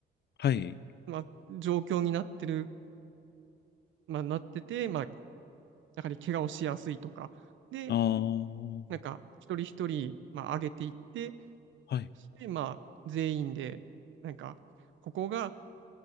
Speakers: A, on the left (about 55°); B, on the right (about 75°).
A: はい。
B: まあ、状況になってる、まあ、なってて、まあ、やはり怪我をしやすいとか、で、
A: ああ、は
B: なんか一人一人、まあ、上げていって、
A: い。
B: そしてまあ、全員で、なんか、ここが